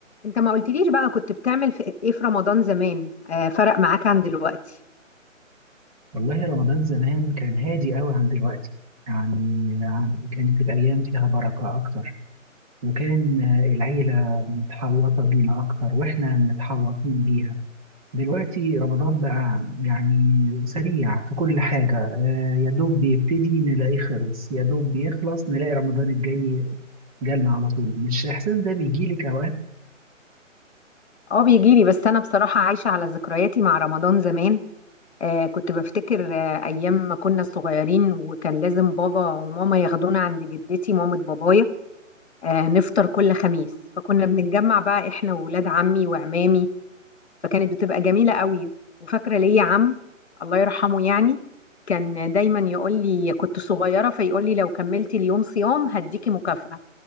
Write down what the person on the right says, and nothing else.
والله رمضان زمان كان هادي قوي عن دلوقتي يعني ع- كانت الأيام فيها بركة أكتر وكان العيلة متحوطة بينا أكتر وإحنا متحوطين بيها دلوقتي رمضان بقى يعني سريع في كل حاجة آه، يا دوب بيبتدي نلاقيه خلص يا دوب بيخلص نلاقي رمضان الجاي جالنا على طول مش الإحساس ده بيجيلك أوقات